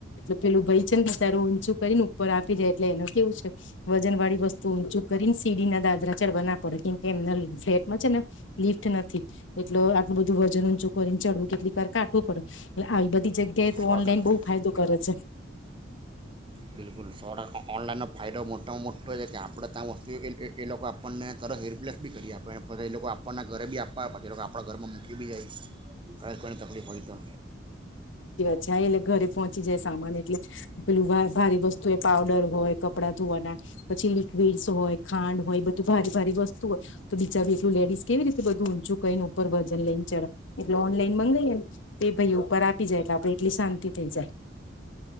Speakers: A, on the left; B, on the right.
A: એ પેલું ભય છે ને તારું ઊંચું કરીને ઉપર આપી જાય એટલે એનું કેવું છે વજન વાળી વસ્તુ ઊંચું કરીને સીડીના દાદરા ચડવા ના પડે કેમ કે એમના ફ્લેટમાં છે ને લિફ્ટ નથી એટલે આટલું બધું વજન ઊચું કરીને ચડવું કેટલીક વાર કાટુ પડે આવી બધી જગ કે
B: સો
A: ઓનલાઈન
B: ટકા
A: બહુ ફાયદો કરે છે.
B: બિલકુલ સો ટકા ઓનલાઈનનો ફાયદો મોટામાં મોટો એ છે કે આપણે ત્યાં વસ્તુ ઓ એ લોકો આપણને તરત હેર રિપ્લેસ બી કરી ને આપે પછી એ લોકો આપણને ઘરે બી આપવા પછી એ લોકો આપણા ઘરમાં મૂકી બી જાય કઈ કોઈને તકલીફ હોય તો
A: જાય એટલે ઘરે પહોંચી જાય સામાન એટલે પેલું ભારે વસ્તુ એ પાવડર હોય કપડા ધોવાના પછી લિક્વિડસ હોય ખાંડ હોય બધું ભારી ભારી વસ્તુ હોય તો બીચારુ એખલુ લેડીઝ કેવી રીતે બધું ઊંચું કરીને ઉપર વજન લઈ ને ચઠે એટલે ઓનલાઈન મંગાઈએ ને એ ભાઈ ઉપર આપી જાય એટલે આપડે એટલી શાંતિ થઈ જાય